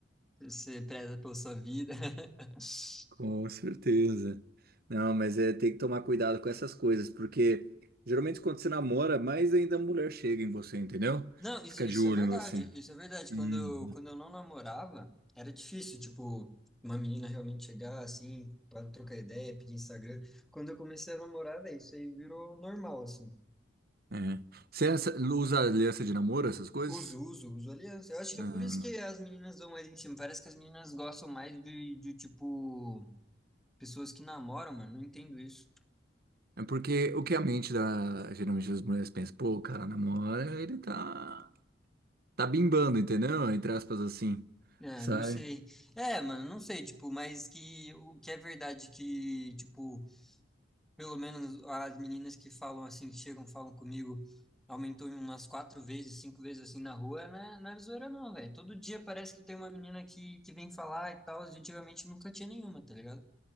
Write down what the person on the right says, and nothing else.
Com certeza. Não, mas é, tem que tomar cuidado com essas coisas, porque geralmente quando você namora, mais ainda a mulher chega em você, entendeu?
Fica
de olho
em você.
Uhum.
É. Você essa- usa aliança de namoro, essas coisas?
Ah,
É porque o que a mente da, geralmente das mulheres pensa, pô, o cara namora, ele tá, tá bimbando, entendeu? Entre aspas assim,
sabe?